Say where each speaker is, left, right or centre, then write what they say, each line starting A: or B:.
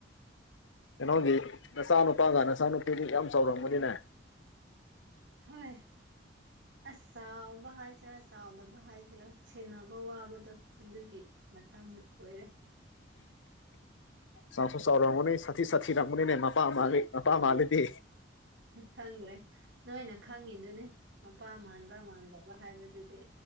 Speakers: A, on the left (about 80°); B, on the right (about 65°).
A: ꯀꯩꯅꯣꯒꯤ ꯅꯆꯥ ꯅꯨꯄꯥꯒ ꯅꯆꯥꯅꯨꯄꯤꯒ ꯌꯥꯝ ꯆꯥꯎꯔꯝꯕꯅꯤꯅꯦ
B: ꯍꯣꯏ ꯑꯁ ꯆꯥꯎꯕ ꯍꯥꯏꯁꯤꯔꯥ ꯆꯥꯎꯗꯕ ꯍꯥꯏꯁꯤꯔꯥ ꯁꯦꯟꯅꯕ ꯋꯥꯕꯗꯣ ꯑꯗꯨꯒꯤ ꯃꯇꯝ ꯑꯣꯏꯔꯦ
A: ꯆꯥꯎꯁꯨ ꯆꯥꯎꯔꯝꯃꯅꯤ ꯁꯥꯊꯤ ꯁꯥꯊꯤꯔꯝꯃꯅꯤꯅꯦ ꯃꯄꯥ ꯃꯥꯜꯂꯤ ꯃꯄꯥ ꯃꯥꯜꯂꯤꯗꯤ
B: ꯍꯪ꯭ꯔꯦ ꯅꯣꯏꯅ ꯈꯪꯉꯤꯗꯨꯅꯤ ꯃꯄꯥ ꯃꯥꯟꯕ ꯃꯥꯟꯗꯕ ꯍꯥꯏꯕꯗꯨꯗꯤ